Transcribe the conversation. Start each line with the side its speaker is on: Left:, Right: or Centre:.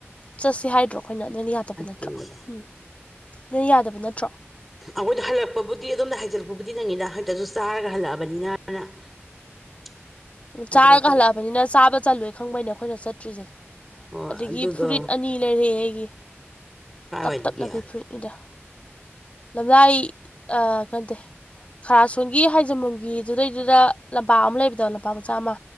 Left: ꯆꯠꯁꯤ ꯍꯥꯏꯗ꯭ꯔꯣ ꯑꯩꯈꯣꯏꯅ ꯅꯣꯏꯅ ꯌꯥꯗꯕ
Centre: ꯑꯇꯤꯡꯕꯗꯣ
Left: ꯅꯠꯇ꯭ꯔꯣ ꯎꯝ ꯅꯣꯏꯅ ꯌꯥꯗꯕ ꯅꯠꯇ꯭ꯔꯣ
Centre: ꯑꯩꯈꯣꯏꯗ ꯍꯜꯂꯛꯄꯕꯨꯗꯤ ꯑꯗꯣꯝꯗ ꯍꯥꯏꯖꯤꯜꯂꯛꯄꯕꯨꯗꯤ ꯅꯪꯉꯤꯅ ꯍꯦꯛꯇꯁꯨ ꯆꯥꯔꯒ ꯍꯜꯂꯛꯑꯕꯅꯤꯅꯅ <unintelligible>
Left: ꯎ
Centre: ꯍꯥꯏꯖꯤꯜꯂꯛꯇꯕ
Left: ꯆꯥꯔꯒ ꯍꯜꯂꯛꯑꯕꯅꯤꯅ ꯆꯥꯕ ꯆꯠꯂꯨꯦ ꯈꯪꯕꯩꯅꯦ ꯑꯩꯈꯣꯏꯅ ꯆꯠꯇ꯭ꯔꯤꯁꯦ
Centre: ꯑꯣ
Left: ꯑꯗꯒꯤ
Centre: ꯑꯗꯨꯗꯣ
Left: ꯐꯨꯔꯤꯠ ꯑꯅꯤ ꯂꯩꯔꯦꯑꯦ ꯑꯩꯒꯤ
Centre: ꯀꯥꯏꯋꯥꯏꯗꯒꯤ
Left: ꯇꯞ ꯇꯞꯅꯕꯤ ꯐꯨꯔꯤꯠ ꯏꯗ ꯂꯝꯂꯏ ꯀꯟꯗꯦ <inaudible> ꯈꯔ ꯁꯣꯟꯒꯤ ꯍꯥꯏꯖꯃꯨꯡꯒꯤꯗꯨꯗꯩꯗꯨꯗ ꯂꯝꯄꯥꯛ ꯑꯃ ꯂꯩꯕꯗꯣ ꯂꯨꯄꯥ ꯃꯆꯥꯥꯃ